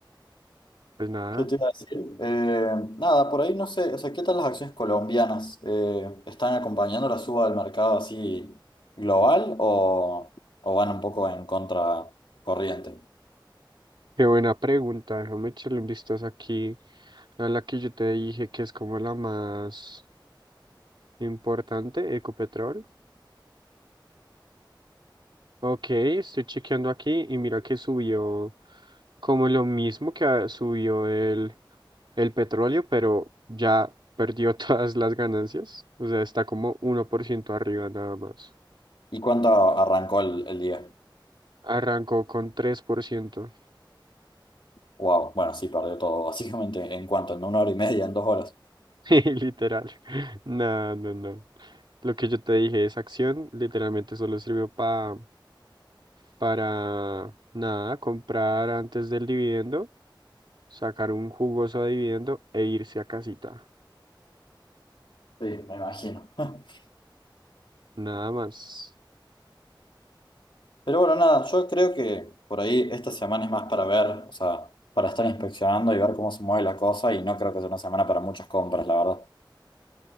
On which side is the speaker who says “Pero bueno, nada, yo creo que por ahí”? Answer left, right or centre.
Left